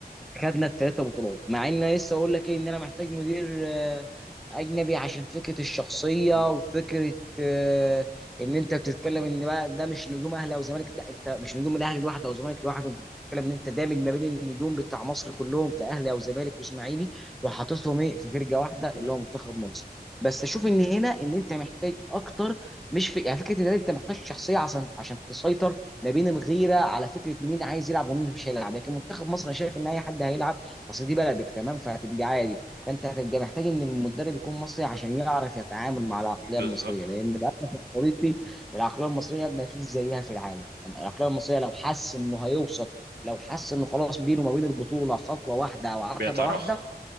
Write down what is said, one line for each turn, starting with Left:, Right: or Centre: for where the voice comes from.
Centre: خدنا الثلاثه بطولات مع ان أنا لسه اقول لك ايه ان انا محتاج مدير آه، اجنبي عشان فكره الشخصيه
Right: مم.
Centre: وفكره آه، ان انت بتتكلم ان بقى ده مش نجوم اهلي او زمالك لا انت مش نجوم الاهلي لوحده او زمالك لوحده انت بتتكلم ان انت دامج ما بين النجوم بتاع مصر كلهم كاهلي او زمالك واسماعيلي وحاططهم ايه في فرقه واحده
Right: مم.
Centre: اللي هو منتخب مصر بس اشوف ان هنا ان انت محتاج اكتر مش في يعني فكره ان انت محتاج شخصيه عشان عشان تسيطر ما بين الغيره على فكره مين عايز يلعب ومين مش هيلعب لكن منتخب مصر انا شايف ان اي حد هيلعب اصل دي بلدك تمام فهتبقى عادي فانت هتبقى محتاج ان المدرب يكون مصري عشان يعرف يتعامل مع العقليه
Right: بالظبط
Centre: المصريه لان للاسف يا صديقي العقليه المصريه ما فيش زيها في العالم العقليه المصريه لو حس انه هيوصل لو حس انه خلاص بينه وما بين البطوله خطوه واحده او عتبه
Right: بيتراخى
Centre: واحده